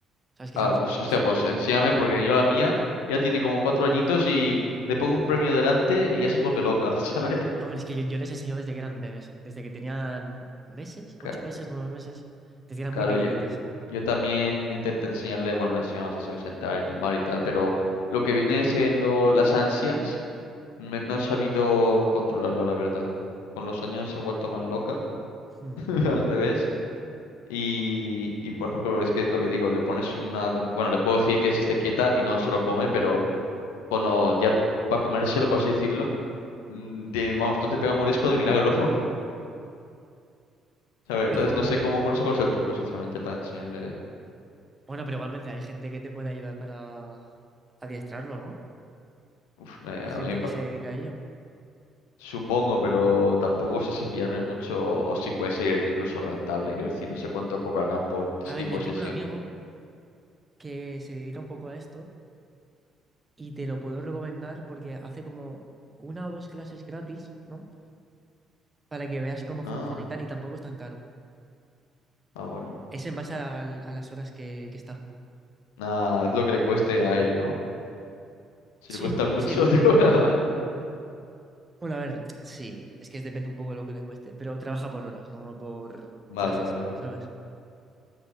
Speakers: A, on the right (about 20°); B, on the left (about 70°).
A: ¿sabes? Que
B: Ah,
A: sean tranquilos.
B: pues, hostia, pues enséñame, porque yo la mía ya tiene como cuatro añitos y le pongo un premio delante y ya se vuelve loca, <laughs> ¿sabes?
A: Hombre, es que yo, yo les enseño desde que eran bebés, desde que tenían meses,
B: Ca-
A: ocho meses, nueve meses, desde que eran
B: Claro,
A: muy pequeñitos.
B: yo, Yo también intenté enseñarle, bueno, le enseñamos eso, sentar y tumbar y tal, pero lo que viene siendo las ansias, me- no he sabido controlarlo, la verdad. Con los años se ha vuelto más loca,
A: Hmm.
B: <laughs> al revés. Y, y, por ejemplo, es que lo que digo, le pones una... com- Bueno, le puedo decir que se esté quieta y no se lo come, pero bueno, ya para comérselo, por así decirlo, mm, te- vamos, no te pega un morisco de milagro, <laughs> ¿sabes?
A: Pero,
B: Entonces no sé cómo, no sé cuál es el truco, sinceramente, para enseñarle.
A: bueno, pero igualmente hay gente que te puede ayudar para adiestrarlo, ¿no?
B: Uf, me-
A: Hay gente
B: a mí
A: que se dedica a ello.
B: Supongo, pero tampoco sé si fiarme mucho o si puede ser incluso rentable. Quiero decir, no sé cuánto cobrarán por este
A: A ver,
B: tipo
A: yo
B: de
A: tengo
B: sesiones.
A: un amigo que se dedica un poco a esto y te lo puedo recomendar porque hace como una o dos clases gratis, ¿no? Para que veas cómo
B: Ah,
A: funciona y tal, y tampoco es tan caro.
B: ah, bueno.
A: Es en base al- a, las horas que, que está.
B: Nada, es lo que le cueste a él, ¿no? Si
A: Sí,
B: le cuesta mucho,
A: sí. l-
B: <laughs> te cobra más.
A: Bueno, a ver, sí, es que depende un poco de lo que le cueste, pero trabaja por horas, no por
B: Vale,
A: clases,
B: vale, vale.
A: ¿sabes?